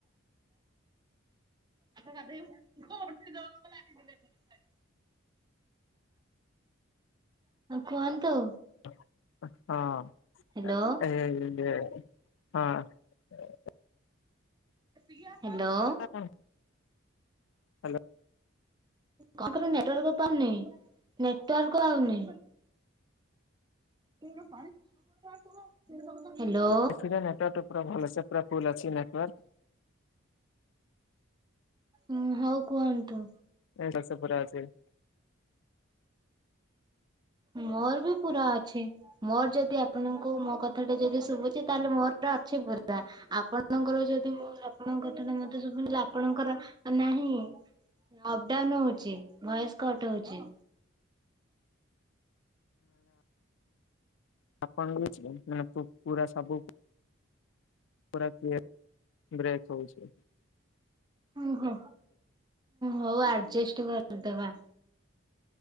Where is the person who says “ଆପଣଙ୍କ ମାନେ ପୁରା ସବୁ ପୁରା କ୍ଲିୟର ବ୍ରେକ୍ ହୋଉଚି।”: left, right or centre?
Left